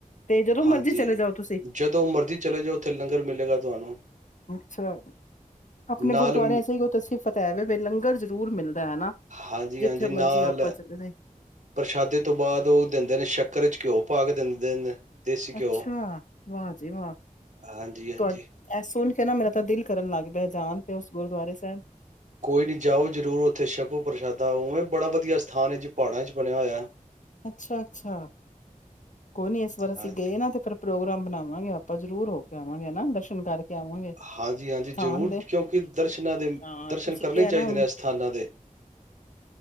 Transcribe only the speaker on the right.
ਹਾਂਜੀ
ਜਦੋਂ ਮਰਜ਼ੀ ਚਲੇ ਜਾਓ ਉੱਥੇ ਲੰਗਰ ਮਿਲੇਗਾ ਤੁਹਾਨੂੰ
ਨਾਲ
ਹਾਂਜੀ
ਹਾਂਜੀ ਨਾਲ
ਪ੍ਰਸ਼ਾਦੇ ਤੋਂ ਬਾਅ, ਉਹ ਦਿੰਦੇ ਨੇ ਸ਼ੱਕਰ ਵਿੱਚ ਘਿਓ ਪਾ ਕੇ ਦਿੰਦੇ ਨੇ। ਦੇਸੀ
ਘਿਓ
ਹਾਂਜੀ ਹਾਂਜੀ
ਕੋਈ ਨੀ ਜਾਓ ਜ਼ਰੂਰ ਉੱਥੇ ਸ਼ਕੋ ਪ੍ਰਸ਼ਾਦਾ ਉਵੇਂ ਬੜਾ ਵਧੀਆ ਸਥਾਨ ਹੈ ਜੀ ਪਹਾੜਾਂ ਚ ਬਣਿਆ ਹੋਇਆ।
ਹਾਂਜੀ
ਹਾਂਜੀ-ਹਾਂਜੀ,
ਜ਼ਰੂਰ
ਕਿਉਂਕਿ ਦਰਸ਼ਨਾਂ ਦੇ
ਦਰਸ਼ਨ
ਕਰਨੇ
ਚਾਹੀਦੇ
ਨੇ ਅਸਥਾਨਾਂ ਦੇ।